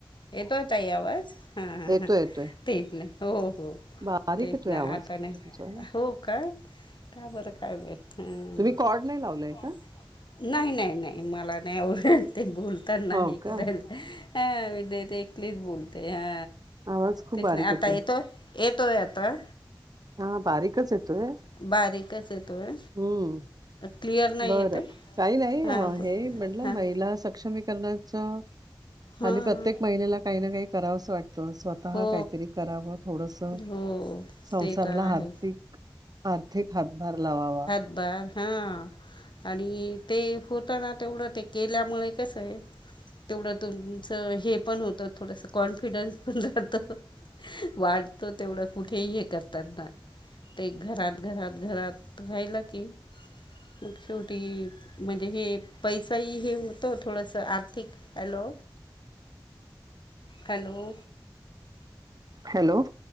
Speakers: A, on the left (about 75°); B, on the right (about 55°).
A: येतोय ताई आवाज हा हा
B: येतोय
A: हा
B: येतोय
A: तेच ना हो हो हो
B: बारीक
A: तेच
B: येतोय
A: ना
B: आवाज
A: आता
B: पण
A: नाय
B: तुमचा हं.
A: हो का का बरं काय <unintelligible>
B: तुम्ही कॉर्ड नाही लावलाय का
A: नाय नाय नाय मला नाय आवडत ते बोलताना
B: हो
A: हे
B: का
A: करायला हा मी देत एकलीच बोलते हा
B: आवाज खूप
A: तेच
B: बारीक
A: ना आता
B: येतोय
A: येतो. येतोय आता?
B: हा बारीकच येतोय.
A: बारीकच येतोय.
B: हम्म
A: क्लिअर नाही
B: बरं
A: येतय
B: काही नाही
A: हां
B: अ
A: ब
B: हे म्हटलं
A: हां
B: महिला सक्षमीकरणाचं
A: हां
B: हल्ली प्रत्येक महिन्याला काही ना काही करावस वाटतं स्वत स्वताहा
A: हो
B: काहीतरी करावं थोडसं
A: हो
B: संसाराला
A: ते तर आहे
B: आर्थिक आर्थिक हातभार लावावा.
A: बरं हा आणि ते होतं ना तेवढं ते केल्यामुळ कसंय तेवढं तुमचं हे पण होतं थोडसं कॉन्फिडन्स जातो वाटतो तेवढं कुठेही हे करतात ना ते घरात घरात घरात राहिलं की मग शेवटी म्हणजे हे पैसाही हे होतो थोडस आर्थिक आलो हॅलो
B: हॅलो